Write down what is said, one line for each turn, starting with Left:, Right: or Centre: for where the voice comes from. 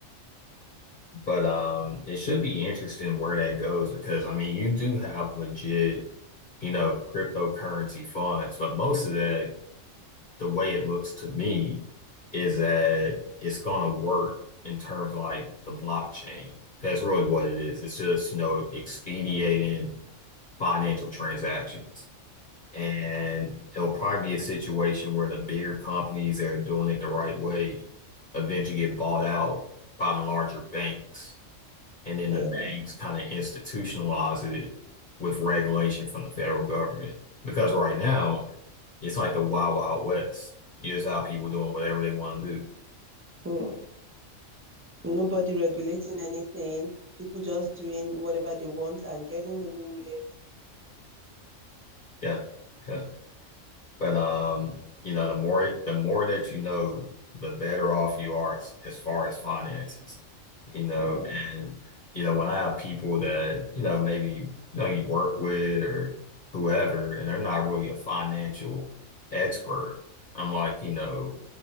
Left: But um, it should be interesting where that goes because I mean, you do have legit, you know, cryptocurrency funds, but most of that, the way it looks to me, is that it's gonna work in terms of like the blockchain. That's really what it is. It's just, you know, expediting financial transactions. And it'll probably be a situation where the bigger companies that are doing it the right way eventually get bought out by the larger banks. And then
Right: Yeah.
Left: the banks kind of institutionalize it with regulation from the federal government. Because right now, it's like the wild, wild west. You just have people doing whatever they want to do.
Right: Mm. Nobody regulating anything, people just doing whatever they want and getting away with it.
Left: Yeah. Yeah. But um, you know, the more it, the more that you know, the better off you are as, as far as finances. You know,
Right: Yeah.
Left: and you know, when I have people that, you know, maybe you know you work with or whoever, and they're not really a financial expert, I'm like, you know,